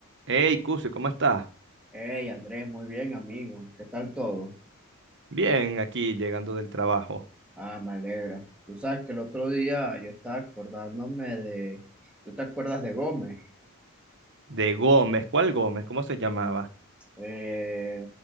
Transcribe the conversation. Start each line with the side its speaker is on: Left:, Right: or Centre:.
Right: Hey, Cuse, ¿cómo estás?
Centre: Hey Andrés, muy bien amigo, ¿qué tal todo?
Right: Bien, aquí llegando del trabajo.
Centre: Ah, me alegra. Tú sabes que el otro día yo estaba acordándome de, ¿tú te acuerdas de Gómez?
Right: De Gómez, ¿cuál Gómez? ¿Cómo se llamaba?
Centre: Eh,